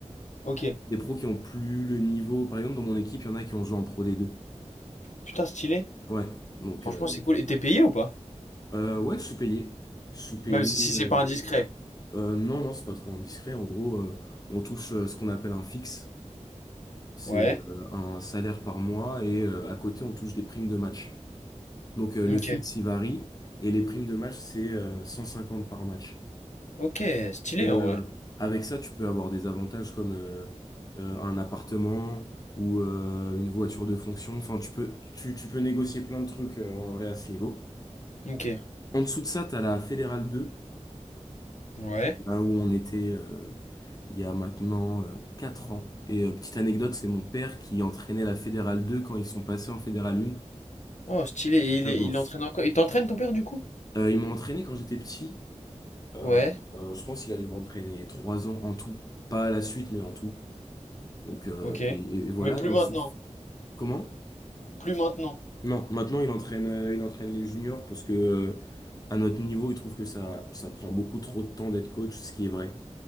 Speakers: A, on the left; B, on the left.
A: Ok.
B: Des pros qui ont plus le niveau. Par exemple, dans mon équipe, il y en a qui ont joué en Pro D2.
A: Putain, stylé.
B: Ouais. Donc,
A: Franchement,
B: euh,
A: c'est cool. Et t'es payé ou pas?
B: euh, ouais, je suis payé. Je suis payé.
A: Même si, si
B: euh,
A: c'est pas indiscret.
B: euh, non, non, c'est pas trop indiscret. En gros, euh, on touche euh, ce qu'on appelle un fixe. C'est
A: Ouais.
B: euh, un salaire par mois et euh, à côté, on touche des primes de match. Donc, euh,
A: Ok.
B: le fixe, il varie et les primes de match, c'est euh, 150 par match.
A: Ok, stylé
B: Et
A: en
B: euh,
A: vrai.
B: avec ça, tu peux avoir des avantages comme euh, euh, un appartement ou euh, une voiture de fonction. Enfin, tu peux, tu, tu peux négocier plein de trucs euh, en vrai à ce niveau.
A: Ok.
B: En dessous de ça, tu as la Fédérale deux,
A: Ouais.
B: là où on était euh, il y a maintenant euh, 4 ans. Et euh, petite anecdote, c'est mon père qui entraînait la Fédérale deux quand ils sont passés en Fédérale 1.
A: Oh, stylé. Et il,
B: Ça,
A: est-
B: je m'en
A: il
B: sou-
A: entraîne encore. Il t'entraîne ton père du coup?
B: Euh, ils m'ont entraîné quand j'étais petit. Euh,
A: Ouais.
B: euh, je pense qu'il a dû m'entraîner 3 ans en tout. Pas à la suite, mais en tout. Donc, euh,
A: Ok.
B: et, et- et voilà.
A: Mais plus
B: Et en
A: maintenant.
B: dessous Comment?
A: Plus maintenant.
B: Non, maintenant il entraîne, euh, il entraîne les juniors parce que euh, à notre niveau, il trouve que ça, ça prend beaucoup trop de temps d'être coach, ce qui est vrai.